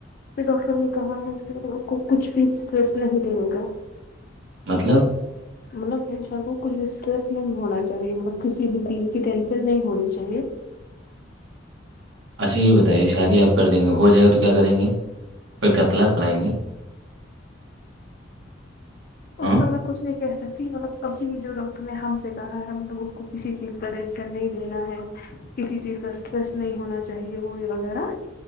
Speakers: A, on the left (about 50°); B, on the right (about 70°).
A: پھر ڈاکٹر نے کہا ہے پھر کو کچھ فیس فس نہیں دنے گا
B: مطلب
A: مطلب انسان کو کچھ اسٹریس نہیں ہونا چاہیے مطلب کسی بھی چیز کی ٹینشن نہیں ہونی چاہیے
B: اچھا یہ بتائیے شادی آپ کر دیں گے ہو جائے گا تو کیا کریں گے پھر کیا اطلاع کرائیں گے <inaudible> ہاں
A: اس کا میں کچ نہیں کہہ سکتی مطلب توی جو ڈاکٹر نے ہم سے کہا ہے ہم لوگ اس کو کسی چیز کا رشن نہیں دینا ہے کسی چیز کا اسٹریس نہیں ہونا چاہیے وہ یہ وغیرہ